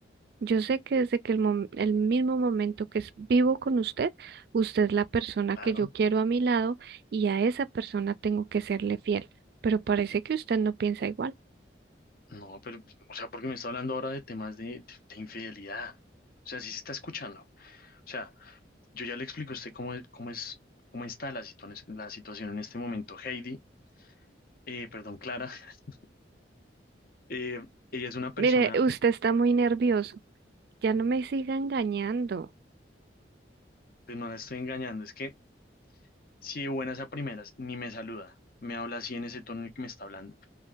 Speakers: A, on the right (about 55°); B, on the left (about 50°).
A: Yo sé que desde que el, mom- el mismo momento que es vivo con usted, usted es la persona
B: Claro.
A: que yo quiero a mi lado y a esa persona tengo que serle fiel, pero parece que usted no piensa igual.
B: No, pero, o sea, porque me está hablando ahora de temas de, de- de infidelidad. O sea, sí se está escuchando. O sea, yo ya le explico a usted cómo es, cómo es, cómo está la situación, la situación en este momento. Heidi, eh, perdón, Clara, <laughs> eh, ella es una persona,
A: Mire, usted está muy nervioso, ya no me siga engañando.
B: pues no la estoy engañando, es que si de buenas a primeras ni me saluda, me habla así en ese tono en el que me está hablando.